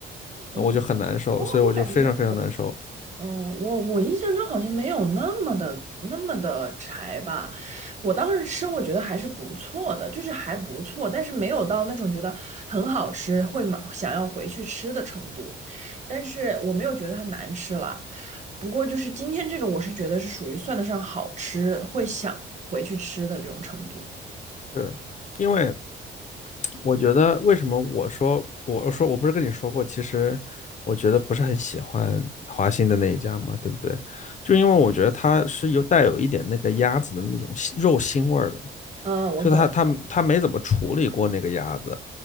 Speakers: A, on the right; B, on the left.
A: 嗯，
B: 我就很难受，
A: 我我感觉我
B: 所以我就非常非常难受。
A: 嗯，我我印象中好像没有那么的那么的柴吧。我当时吃，我觉得还是不错的，就是还不错，但是没有到那种觉得很好吃，会买想要回去吃的程度。但是我没有觉得它难吃了。不过就是今天这个，我是觉得是属于算得上好吃，会想回去吃的这种程度。
B: 是因为我觉得为什么我说我我说我不是跟你说过，其实我觉得不是很喜欢华兴的那一家嘛，对不对？就因为我觉得它是有带有一点那个鸭子的那种腥肉腥味儿的。
A: 嗯，我懂。
B: 就他他他没怎么处理过那个鸭子，